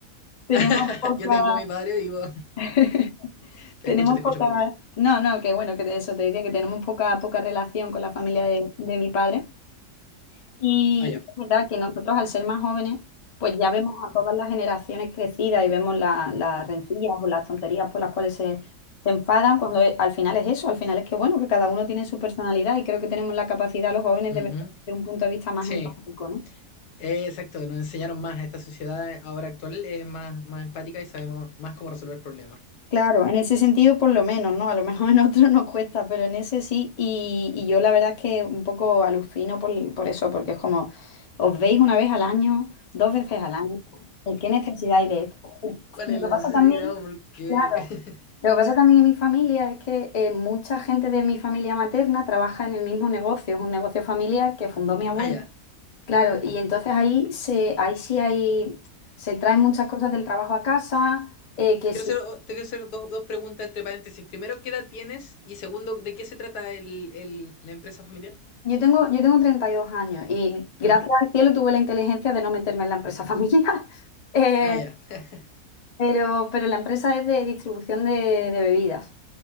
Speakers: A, on the left (about 45°); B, on the left (about 75°).
A: tenemos
B: <laughs>
A: poca...
B: Yo tengo a mi padre vivo.
A: <laughs>
B: Te
A: Tenemos
B: escucho, te
A: poca,
B: escucho, perdón.
A: no, no, que bueno, que de eso te decía que tenemos poca, poca relación con la familia de, de mi padre. Y
B: Ah, ya.
A: es verdad que nosotros al ser más jóvenes, pues ya vemos a todas las generaciones crecidas y vemos la- las rencillas o las tonterías por las cuales se, se enfadan, cuando e- al final es eso, al final es que bueno, que cada uno tiene su personalidad y creo que tenemos la capacidad los jóvenes
B: Ujú.
A: de ver desde un punto de vista más
B: Sí,
A: empático, ¿no?
B: eh, exacto. Nos enseñaron más. Esta sociedad ahora actual es más, más empática y sabe mo- más cómo resolver problemas.
A: Claro, en ese sentido por lo menos, ¿no? A lo mejor <laughs> en otro nos cuesta, pero en ese sí. Y, y yo la verdad es que un poco alucino por, por eso, porque es como, os veis una vez al año, dos veces al año, ¿y qué necesidad hay de esto?
B: ¿Cuál
A: Lo
B: es
A: que
B: la
A: pasa
B: necesidad?
A: también,
B: o ¿Por qué?
A: claro,
B: <laughs>
A: lo que pasa también en mi familia es que eh, mucha gente de mi familia materna trabaja en el mismo negocio, es un negocio familiar que fundó mi abuelo.
B: Ah, ya.
A: Claro, y entonces ahí se, ahí sí hay, se traen muchas cosas del trabajo a casa, eh, que
B: Te quiero
A: sí.
B: hacer, te quiero hacer dos, dos preguntas entre paréntesis. Primero, ¿qué edad tienes? Y segundo, ¿de qué se trata el, el- la empresa familiar?
A: Yo tengo, yo tengo 32 años y gracias
B: Ujú.
A: al cielo tuve la inteligencia de no meterme en la empresa familiar, <laughs> Eh,
B: Ah, ya. <laughs>
A: pero, pero la empresa es de distribución de, de bebidas,